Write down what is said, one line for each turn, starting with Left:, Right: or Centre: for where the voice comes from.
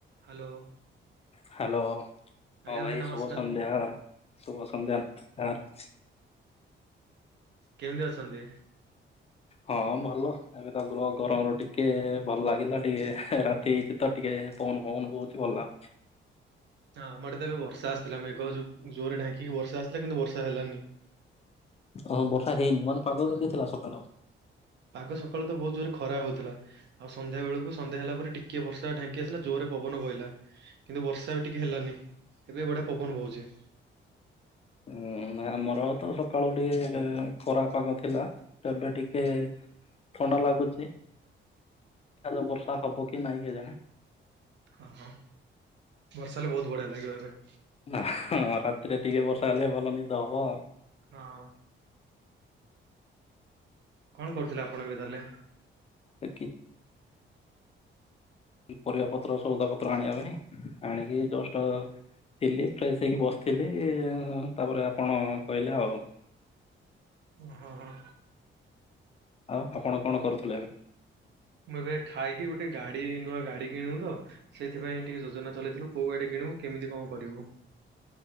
Right: Hello
Left: hello ହଁ
Right: ଆଜ୍ଞା
Left: ଭାଇ
Right: ନମସ୍କାର
Left: ଶୁଭ ସନ୍ଧ୍ୟା ଶୁଭ ସନ୍ଧ୍ୟା ନମସ୍କାର।
Right: କେମତି ଅଛନ୍ତି?
Left: ହଁ ଭଲ। ଏବେ ତ ଗ୍ରହ ଗରମର ଟିକେ ଭଲ ଲାଗିଲା ଟିକେ ରାତି ହେଇଛି ତ ଟିକେ ପବନ ଫବନ ବହୁଛି ଭଲ ଲାଗୁଛି।
Right: ହଁ ଆମର ତ ଏବେ ବର୍ଷା ଆସିଥିଲା ମେଘ ଜୋ ଜୋରରେ ଢାଙ୍କିକି ବଷା ଆସିଥିଲା କିନ୍ତୁ ବର୍ଷା ହେଲାନି।
Left: ଓହ ବର୍ଷା ହେଇନି ମାନେ ପାଗ କେମିତି ଥିଲା ସକାଳ
Right: ପାଗ ସକାଳୁ ତ ବହୁତ୍ ଜୋରେ ଖରା ହଉଥିଲା। ଆଉ ସନ୍ଧ୍ୟା ବେଳକୁ ସନ୍ଧ୍ୟା ହେଲା ପରେ ଟିକେ ବର୍ଷା ଢାଙ୍କି ଆସିଲା ଯୋରେ ପବନ ବହିଲା। କିନ୍ତୁ ବର୍ଷା ବି ଟିକେ ହେଲାନି ଏବେ ବଢିଆ ପବନ ବହୁଛି।
Left: ଉଁ ଆମର ତ ସକାଳୁ ଟିକେ ଏ ଖରା ପାଗ ଥିଲା ଏବେ ଟିକେ ଥଣ୍ଡା ଲାଗୁଚି ଏଯଉ ବର୍ଷା ହବ କି ନାଇଁ କେ ଜାଣି।
Right: ହଁ ହଁ ବର୍ଷାହେଲେ ବହୁତ୍ ବଢିଆ ଲାଗିବ ଏବେ।
Left: ନା ହଁ ରାତିରେ ଟିକେ ବର୍ଷା ହେଲେ ଭଲ ନିଦ ହବ।
Right: ହଁ। କଣ କରୁଥିଲେ ଆପଣ ଏବେ ତାହେଲେ?
Left: ଏ କି। କି ପରିବା ପତ୍ର ସଉଦା ପତ୍ର ଆଣିବା ପାଇଁ ଆଣିକି ଜଷ୍ଟ। ଥିଲି ଫ୍ରେଶ ହେଇକି ବସିଥିଲି ତାପରେ ଆପଣ କଇଲେ ଆଉ
Right: ଉଁ ହଁ ହଁ।
Left: ଆଉ ଆପଣ କଣ କରୁଥିଲେ ଏବେ?
Right: ମୁଁ ଏବେ ଖାଇକି ଗୋଟେ ଗାଡି ନୂଆ ଗାଡି କିଣିବୁ ତ ସେଇଥିପାଇଁ ଟିକେ ଯୋଜନା ଚଲେଇଥିଲୁ, କୋଉ ଗାଡି କିଣିବୁ କେମିତି କଣ କରିବୁ?